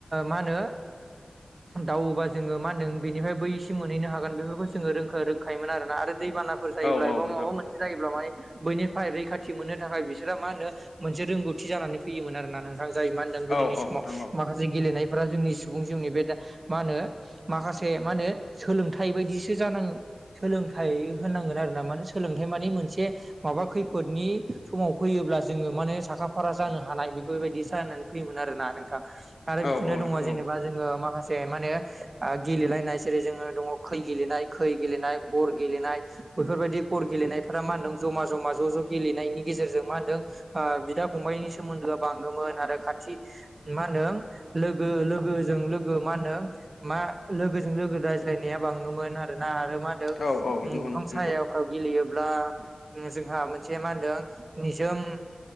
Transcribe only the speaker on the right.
मा होनो दावोबा जोङो मा होनदों बेनिफ्राय बै इसे मोनहैनो हागोन बेफोरखौ जोङो र रोंखायोमोन आरोना आरो दैबाना फोर जायोब्ला
एबा माबा
मोनसे जायोब्ला माने बैनिफ्राय रैखाथि मोननो थाखाय बिसोरा मा होनो मोनसे रोंगौथि जानानै फैयोमोन आरो ना नोंथां जाय मा होन गोदोनि
समाव
माखासे गेलेनायफोरा जोंनि सुबुं जिउनि बे मा होनो माखासे मा होनो सोलोंथाइ बायदिसो जानाङो सोलोंथाइ होनांगोन आरोना माने सोलोंथाइ माने मोनसे माबा खैफोदनि समाव फैयोब्ला जोङो माने साखा फारा जानो हानाय बेफोरबायदि जानानै फैयोमोन आरोना नोंथां आरो बिदिनो
दङ जेनेबा जोङो माखासे माने गेलेलायनाय जेरै जोङो दङ खै गेलेनाय खै गेलेनाय बर गेलेनाय बैफोरबायदि गर गेलेनायफोरा मा होनदों जमा जमा ज' ज' गेलेनायनि गेजेरजों मा होन्दों बिदा फंबाइनि सोमोन्दोआ बाङोमोन आरो खाथि मा होनदों लोगो लोगोजों लोगो मा होनो मा लोगोजों लोगो रायज्लायनाया बाङोमोन आरोना आरो मा होनदों
बिफां
सायाव
गेलेयोब्ला जोंहा मोनसे मा होनदों निजोम